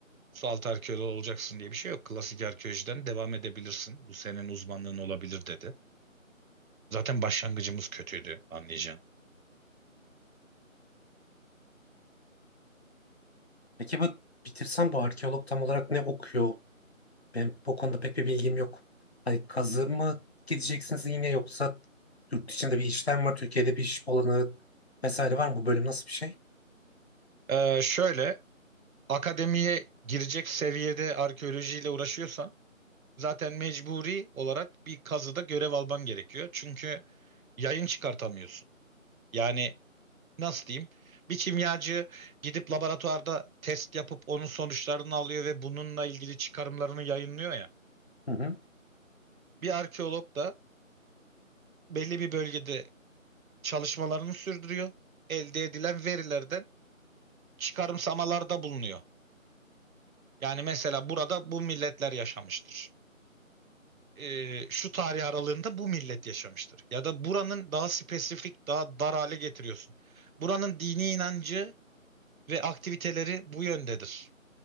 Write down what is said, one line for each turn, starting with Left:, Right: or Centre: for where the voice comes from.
Right: sualtı arkeoloğu olacaksın diye bir şey yok. Klasik arkeolojiden devam edebilirsin. Bu senin uzmanlığın olabilir dedi. Zaten başlangıcımız kötüydü anlayacağın.
Left: Peki bu bitirsem bu arkeolog tam olarak ne okuyor? Ben bu konuda pek bir bilgim yok. Hani kazı mı gideceksiniz yine yoksa yurt dışında bir işlem var, Türkiye'de bir iş olanı vesaire var mı? Bu bölüm nasıl bir şey?
Right: Ee, şöyle akademiye girecek seviyede arkeolojiyle uğraşıyorsan zaten mecburi olarak bir kazıda görev alman gerekiyor. Çünkü yayın çıkartamıyorsun. Yani nasıl diyeyim? Bir kimyacı gidip laboratuvarda test yapıp onun sonuçlarını alıyor ve bununla ilgili çıkarımlarını yayınlıyor ya.
Left: Hı hı.
Right: Bir arkeolog da belli bir bölgede çalışmalarını sürdürüyor. Elde edilen verilerden çıkarımsamalarda bulunuyor. Yani mesela burada bu milletler yaşamıştır. Ee, şu tarih aralığında bu millet yaşamıştır. Ya da buranın daha spesifik, daha dar hale getiriyorsun. Buranın dini inancı ve aktiviteleri bu yöndedir.